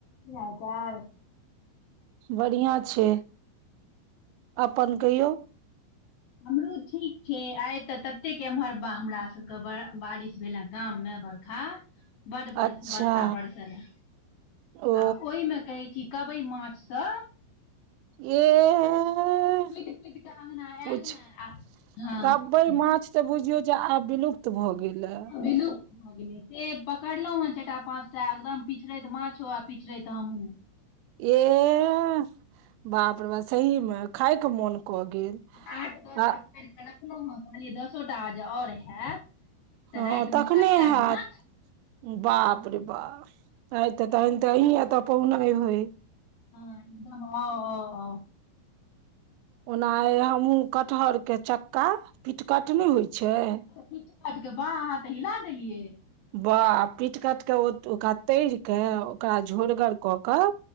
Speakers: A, on the left (about 70°); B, on the right (about 90°).
A: की हाल चाल
B: बढ़ियाँ छै अपन कहियौ
A: हमरो ठीक छै आइ तऽ ततेक एम्हर बा हमरा सबके बारिश भेल ये गाम मे बरखा बड्ड ब
B: अच्छा
A: बरखा बरसल ये
B: ओ
A: आ ओहिमे कहैत छी कबइ माछसभ
B: येह
A: कुदि कुदि कऽ अङगना आयल
B: पूछ
A: हे आ हँ
B: कबइ माछ तऽ बुझियौ जे आब बिलुप्त त भऽ गेलै
A: विलुप्त भऽ गेलै से पकड़लहुं हँ चारि टा पाँच टा एकदम पिछड़ैत माछो आ पिछड़ैत हमहुँ
B: एह बाप र बा सहीमे खायके मोन क गेल
A: आठ
B: आ
A: <unintelligible> रखलहुँ हँ कहलियै दसो टा जै आओर हैत तऽ
B: हँ
A: रातिमे
B: तखने
A: कच्चा
B: हैत।
A: माछ
B: बाप रे बा <unintelligible> होय
A: हँ <unintelligible> अ अ अ
B: ओना आय हमहुँ कटहर के चक्का पिटकट नहि होइ छैय।
A: पिट कटि कऽ बाह अहाँ तऽ हिला देलियै।
B: ब पीट कट क ओकरा तरि क ओकरा झोरगर कऽ कऽ